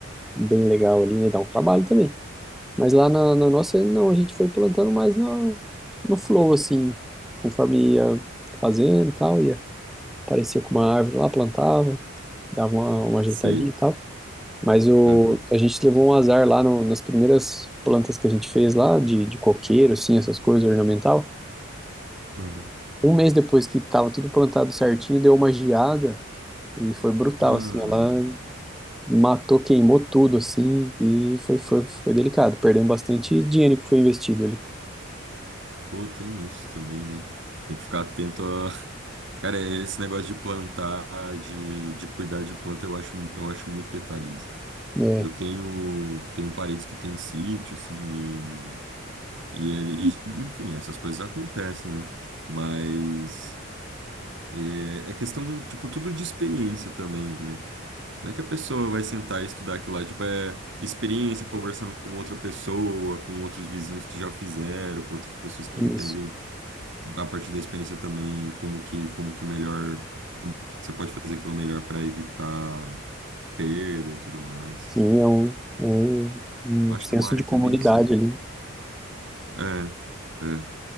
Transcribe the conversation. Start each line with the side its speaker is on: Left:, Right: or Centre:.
Centre: bem legal ali, né, e dar um trabalho também. Mas lá na, na nossa, não, a gente foi plantando mais no, no flow, assim, conforme ia fazendo e tal, ia, aparecia com uma árvore lá, plantava, dava uma, uma ajeitadinha
Right: Sei.
Centre: e tal. Mas o,
Right: Aham,
Centre: a gente levou um azar lá no- nas primeiras plantas que a gente fez lá, de, de coqueiro, assim, essas coisas ornamental.
Right: aham.
Centre: Um mês depois que tava tudo plantado certinho, deu uma geada e foi brutal,
Right: Ah,
Centre: assim. Ela matou, queimou tudo, assim, e foi, foi, foi delicado. Perdemos bastante dinheiro que foi investido ali.
Right: pô, tem isso também, né? Tem que ficar atento a. <laughs> Cara, esse negócio de plantar, de, de cuidar de planta, eu acho, eu acho muito detalhista.
Centre: É,
Right: Eu tenho, tenho parentes que têm sítio, assim, e, e, ele, e, enfim, essas coisas acontecem, né? Mas é, é questão, tipo, tudo de experiência também, né? Não é que a pessoa vai sentar e estudar aquilo lá, tipo, é experiência conversando com outra pessoa, com outros vizinhos que já fizeram, com outras pessoas que entendem
Centre: isso.
Right: a partir da experiência também como que, como que melhor, como que você pode fazer aquilo melhor para evitar perda e tudo mais.
Centre: Sim, é um, é um, um
Right: Acho
Centre: senso
Right: que é uma área
Centre: de comunidade
Right: que é bem assim.
Centre: ali.
Right: É, é.